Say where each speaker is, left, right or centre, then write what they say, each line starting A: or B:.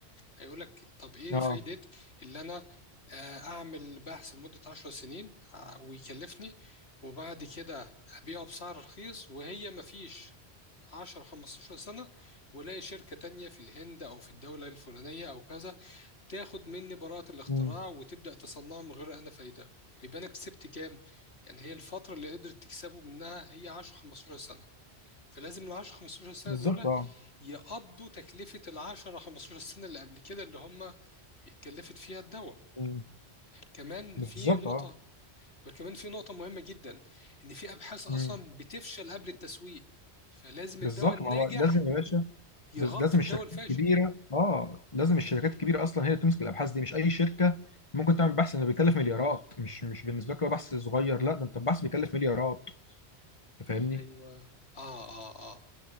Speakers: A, on the left; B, on the left.
A: هيقول لك طب إيه
B: اه
A: فايدة اللي أنا آه، أعمل بحث لمدة 10 سنين آه، ويكلفني وبعد كده أبيعه بسعر رخيص وهي ما فيش 10 15 سنة ولاقي شركة تانية في الهند أو في الدولة الفلانية أو كذا تاخد مني براءة الاختراع
B: مم.
A: وتبدأ تصنعه من غير أنا فايدة يبقى أنا كسبت كام؟ يعني هي الفترة اللي قدرت تكسبه منها هي 10 15 سنة فلازم ال 10 15 سنه
B: بالظبط
A: دول
B: اه
A: يقضوا تكلفه ال 10 15 سنه اللي قبل كده اللي هم اتكلفت فيها الدواء
B: مم.
A: كمان
B: بالظبط
A: في نقطه
B: اه
A: وكمان في نقطه مهمه جدا ان في ابحاث اصلا
B: مم.
A: بتفشل قبل التسويق فلازم
B: بالظبط
A: الدواء الناجح
B: ما هو لازم يا باشا
A: يغطي
B: ب- لازم
A: الدواء
B: الشركات
A: الفاشل
B: الكبيره اه لازم الشركات الكبيره اصلا هي اللي تمسك الابحاث دي مش اي شركه ممكن تعمل بحث انه بيكلف مليارات مش مش بالنسبه لك هو بحث صغير لا ده انت البحث بيكلف مليارات انت فاهمني
A: ايوه اه اه اه